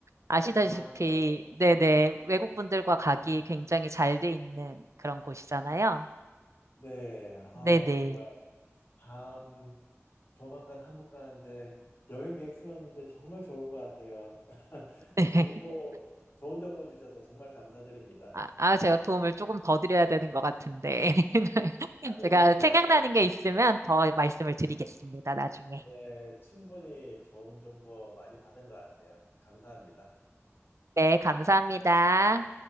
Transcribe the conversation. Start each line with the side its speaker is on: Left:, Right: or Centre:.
Right: 아시다시피,
Left: 아, 네,
Right: 네네, 외국분들과 가기 굉장히 잘 돼 있는 그런 곳이잖아요.
Left: 네. 아,
Right: 네네.
Left: 정말 다음 조만간 한국 가는데 여행 계획 세웠는데 정말 좋은 것 같아요. <laughs>
Right: <laughs>
Left: 정보, 좋은 정보 주셔서 정말 감사드립니다.
Right: 아, 아, 제가 도움을 조금 더 드려야 되는 것 같은데. <laughs>
Left: 아니요,
Right: 제가
Left: 이 정도만
Right: 생각나는
Left: 해도
Right: 게 있으면 더 말씀을 드리겠습니다, 나중에.
Left: 네, 충분히 좋은 정보 많이 받은 것 같아요. 감사합니다.
Right: 네, 감사합니다.